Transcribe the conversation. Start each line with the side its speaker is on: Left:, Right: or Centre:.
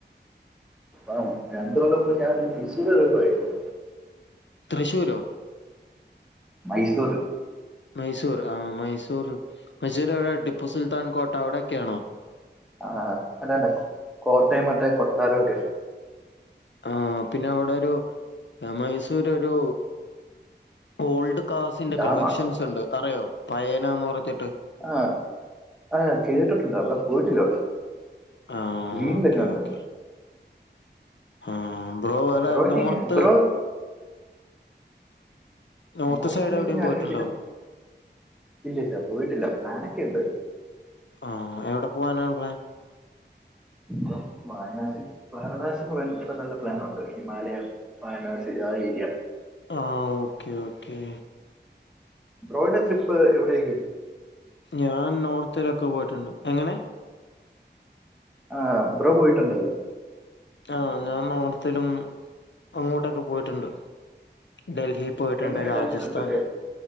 Centre: അ രണ്ട്‌ കൊല്ലം മുമ്പ് ഞാൻ തൃശൂർവറെ പോയരുന്നു
Left: തൃശൂരോ
Centre: മൈസൂർ
Left: മൈസൂർ ആ മൈസൂർ മൈസൂർ അവിടെ ടിപ്പു സുൽത്താൻ കോട്ട അവിടെയൊക്കെയാണോ
Centre: ആഹ അതാണ്ട കോട്ടയം മറ്റേ കൊട്ടാരം ഒക്കെ
Left: ആഹ പിന്നെ അവിടെ ഒരു മൈസൂര് ഒരു ഓൾഡ് കാസിന്റെ
Centre: ഡാമാ
Left: കളക്ഷൻസ് ഉണ്ട് അറിയോ പയന എന്ന് പറഞ്ഞിട്ട്
Centre: ആഹ് ആ കേ ട്ടിട്ടുണ്ട് അവിടെ പോയിട്ടില്ല പക്ഷെ
Left: ആ
Centre: ീനല്ല
Left: ഓക്കെ
Centre: കാണ്ടണ്ട
Left: ഓക്കെ ആ ബ്രോ വേറെ
Centre: ബ്രോയ്ക്ക്
Left: നോർത്ത്
Centre: ഇങ്ങനെ ബ്രോ
Left: നോർത്ത്
Centre: മോറോട്ടിലൊക്കെ
Left: സൈഡ് എവിടെയും
Centre: ഞാ അടങ്ങൻ
Left: പോയിട്ടുണ്ടോ
Centre: പിന്നെ ഇല്ല ഇല്ല പോയിട്ടില്ല പ്ലാനൊക്കെ ഉണ്ട്
Left: ആ എവിടെ പോവാനാണ് പ്ലാൻ
Centre: ഇപ്പ വായനാസിൽ വാരണാസി പോകാൻ ഇപ്പ നല്ല പ്ലാനുണ്ട് ഹിമാലയം വാ നാ സി ആ ഏരിയ
Left: ആ ഓക്കേ ഓക്കേ
Centre: ബ്രോയ്ഡ ട്രിപ്പ് എവിടെേക്കും
Left: ഞാൻ നോർത്തിലൊക്കെ പോയിട്ടുണ്ട് എങ്ങനെ
Centre: ആ് ബ്രോ പോയിട്ടുണ്ടല്ലേ
Left: ആ് ഞാൻ ഓർത്തിലും അങ്ങോട്ടൊക്കെ പോയിട്ടുണ്ട് ഡൽഹി പോയിട്ടുണ്ട്
Centre: എങ്ങനെ ഉണ്ടായിരുന്നു
Left: രാജസ്ഥാൻ
Centre: ട്രിപ്പൊക്കെ